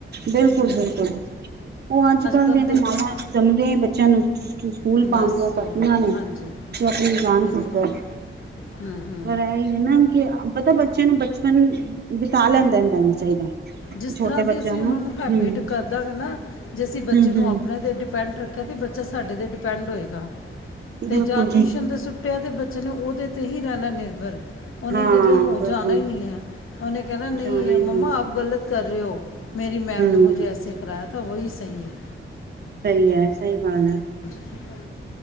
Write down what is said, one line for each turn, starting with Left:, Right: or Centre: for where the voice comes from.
Right: ਬਿਲਕੁਲ ਬਿਲਕੁਲ ਉਹ ਅੱਜ ਕਲ
Left: ਕੱਲ
Right: ਦੀਆਂ
Left: ਦੇਖ
Right: ਤੇ ਮਾਵਾਂ ਜੰਮਦੇ ਬੱਚਿਆਂ ਨੂੰ। ਸਕੂਲ
Left: ਬਸ
Right: ਪਾਉਣਦਿਆਂ ਕਰਦੀਆਂ ਨੇ
Left: ਹਾਂਜੀ
Right: ਤੇ ਆਪਣੀ ਜਾਨ
Left: ਬਿਲਕੁਲ
Right: ਛੱਡਦੇ
Left: ਹੂੰ ਹੂੰ
Right: ਪਰ ਇਹੀ। ਹਨ ਨਾ ਕਿ ਆਪਤਾ ਬੱਚਿਆਂ ਨੂੰ ਬਚਪਨ ਬਿਤਾ ਲੈਂਦਾਦਾਣਾ ਚਾਹੀਦਾ।
Left: ਜਿਸ
Right: ਛੋਟੇ
Left: ਤਰ੍ਹਾਂ
Right: ਬੱਚਿਆਂ
Left: ਦੀ ਅਸੀਂ ਉਹਨਾਂ ਨੂੰ ਹੈਬਿਟ
Right: ਹਮ
Left: ਕਰਦਾਂਗੇ ਨਾ ਜੇ ਅਸੀਂ ਬੱਚੇ
Right: ਹਮ
Left: ਨੂੰ
Right: ਹਮ
Left: ਆਪਣੇ ਦੇ ਬੱਚਾ ਸਾਡੇ ਤੇ ਡਿਪੈਂਡ ਹੋਏਗਾ ਤੇ
Right: ਬਿਲਕੁਲ
Left: ਜਾਂ ਟਿਊ
Right: ਜੀ
Left: ਤੇ ਸੁੱਟਿਆ ਤੇ ਉਹਦੇ ਤੇ ਹੀ ਰਹਿਣਾ ਨਿਰਭਰ। ਉਹਨੇ
Right: ਹਾਂ
Left: ਕਿਸੇ ਲਈ ਹੋਰ
Right: ਬਿਲਕੁਲ
Left: ਜਾਣਾ ਹੀ ਨਹੀਂ ਹੈ ਉਹਨੇ ਕਹਿਣਾ ਨਹੀਂ
Right: ਜਾਣਾ ਹੀ
Left: ਮੰਮਾ
Right: ਹੈ।
Left: ਆਪ ਗਲਤ ਕਰ ਰਹੇ ਹੋ। ਮੇਰੀ ਮੈਮ ਨੇ
Right: ਹਮ
Left: ਮੁਝੇ ਐਸੇ ਕਰਾਇਆ ਤਾਂ ਵਹੀ ਸਹੀ ਹੈ।
Right: ਸਹੀ ਹੈ ਸਹੀ ਗੱਲ ਹੈ।
Left: ਹਾਂ।